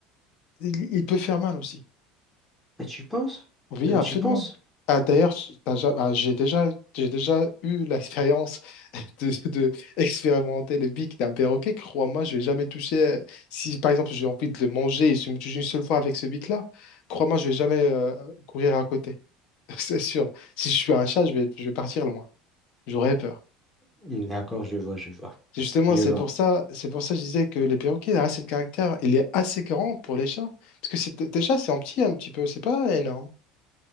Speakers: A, on the left; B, in the centre.
A: ils, ils peuvent faire mal aussi.
B: Ah, tu penses?
A: Oui,
B: Euh,
A: absolument.
B: tu penses?
A: Ah, d'ailleurs, t'as ja- ah, j'ai déjà, j'ai déjà eu l'expérience <laughs> de, de expérimenter le bic d'un perroquet. Crois-moi, je vais jamais toucher. euh, Si par exemple j'ai envie de le manger et je me touche une seule fois avec ce bic-là, crois-moi, je vais jamais euh, courir à côté. <laughs> C'est sûr. Si je suis un chat, je vais, je vais partir loin. J'aurais peur.
B: D'accord, je vois, je vois.
A: C'est Justement,
B: Je
A: c'est
B: vois.
A: pour ça, c'est pour ça que je disais que les perroquets, la race de caractère, il est assez grand pour les chats. Parce que c'est- tes chats, c'est en petit un petit peu, c'est pas énorme,